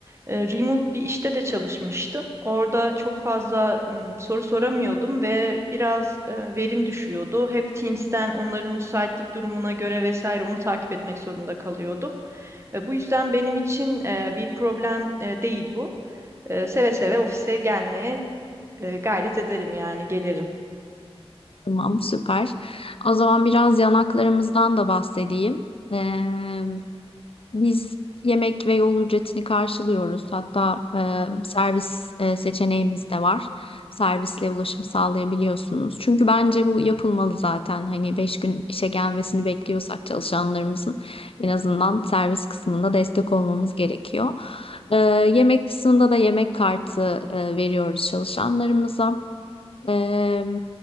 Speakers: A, on the right (about 25°); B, on the left (about 60°).
A: e, remote bir işte de çalışmıştım. Orada çok fazla m, soru soramıyordum ve biraz e, verim düşüyordu. Hep Teams'ten onların müsaitlik durumuna göre vesaire onu takip etmek zorunda kalıyordum. E, bu yüzden benim için e, bir problem e, değil bu. E, seve seve ofise gelmeye, e, gayret ederim yani gelirim.
B: Tamam, süper. O zaman biraz yanaklarımızdan da bahsedeyim. Ee, Biz yemek ve yol ücretini karşılıyoruz. Hatta e, servis e, seçeneğimiz de var. Servisle ulaşım sağlayabiliyorsunuz. Çünkü bence bu yapılmalı zaten. Hani beş gün işe gelmesini bekliyorsak çalışanlarımızın en azından servis kısmında destek olmamız gerekiyor. E, yemek kısmında da yemek kartı e, veriyoruz çalışanlarımıza. Eee,